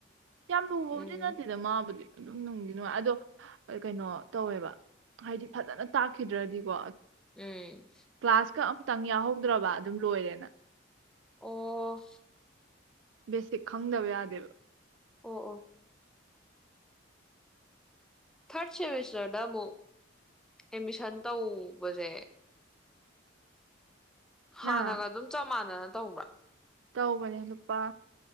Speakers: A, on the right; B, in the centre.
A: ꯌꯥꯝ ꯂꯨꯕꯕꯨꯗꯤ
B: ꯎꯝ
A: ꯅꯠꯇꯦꯗ ꯃꯥꯕꯨꯗꯤ ꯑꯗꯨꯝ ꯅꯨꯡꯒꯤ ꯅꯨꯡꯉꯥꯏ ꯑꯗꯣ ꯀꯩꯅꯣ ꯇꯧꯋꯦꯕ ꯍꯥꯏꯗꯤ ꯐꯖꯅ ꯇꯥꯛꯈꯤꯗ꯭ꯔꯗꯤꯀꯣ
B: ꯎꯝ
A: ꯀ꯭ꯂꯥꯁ ꯀ ꯈꯤꯇꯪ ꯌꯥꯎꯍꯧꯗ꯭ꯔꯕ ꯑꯗꯨꯝ ꯂꯣꯏꯔꯦꯅ
B: ꯑꯣ
A: ꯕꯦꯁꯤꯛ ꯈꯪꯗꯕ ꯌꯥꯗꯦꯕ
B: ꯑꯣ ꯑꯣ ꯊꯥꯔꯠ ꯁꯦꯃꯤꯁꯇꯔꯗ ꯑꯃꯨꯛ ꯑꯦꯠꯃꯤꯁꯟ ꯇꯧꯕꯁꯦ ꯍꯅꯒꯥ
A: ꯑꯥ
B: ꯑꯗꯨꯝ ꯆꯞ ꯃꯥꯅ ꯇꯧꯕ
A: ꯇꯧꯕꯅꯦ ꯂꯨꯄꯥ